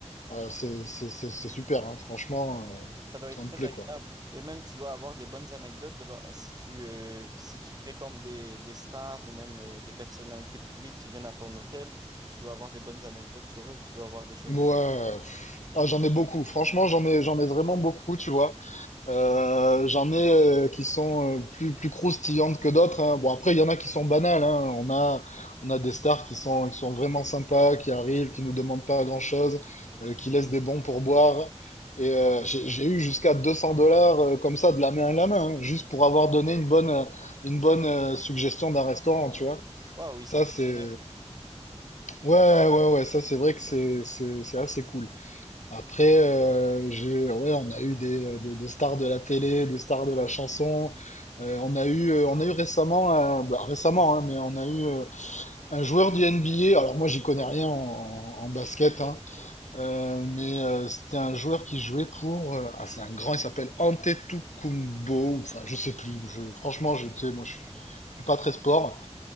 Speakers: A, on the left (about 85°); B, on the right (about 35°).
A: Euh, c'est, c'est, c'est c'est super, hein, franchement, euh,
B: Ça doit être
A: ça
B: très
A: me plaît,
B: agréable.
A: quoi.
B: Et même, tu dois avoir des bonnes anecdotes de, bah, si tu, euh, si tu fréquentes des, des stars ou même euh, des personnalités publiques qui viennent à ton hôtel, tu dois avoir des bonnes anecdotes sur eux. Tu dois avoir des choses
A: Ouais,
B: bien.
A: pff, ah, j'en ai beaucoup, franchement, j'en ai, j'en ai vraiment beaucoup, tu vois. Euh, j'en ai euh, qui sont euh, plus, plus croustillantes que d'autres. hein. Bon, après, il y en a qui sont banales. hein. On a, on a des stars qui sont, qui sont vraiment sympas, qui arrivent, qui nous demandent pas grand-chose, euh, qui laissent des bons pourboires. Et euh, j'ai j'ai eu jusqu'à 200 dollars euh, comme ça de la main à la main, hein, juste pour avoir donné une bonne, euh, une bonne euh, suggestion d'un restaurant, tu vois.
B: Waouh, ils sont
A: Ça,
B: très
A: c'est...
B: généreux.
A: Ouais, ouais, ouais, ça, c'est vrai que c'est, c'est, c'est assez cool. Après, euh, j'ai, ouais, on a eu des, euh, des, des stars de la télé, des stars de la chanson. Euh, on a eu, euh, on a eu récemment, un- bah, récemment, hein, mais on a eu euh, un joueur du N B A. Alors moi, j'y connais rien en, en basket, hein, euh, mais euh, c'était un joueur qui jouait pour, euh, ah, c'est un grand, il s'appelle Antetokounmpo. Enfin, je sais plus. Je, franchement, je, tu sais, moi, je suis, je suis pas très sport.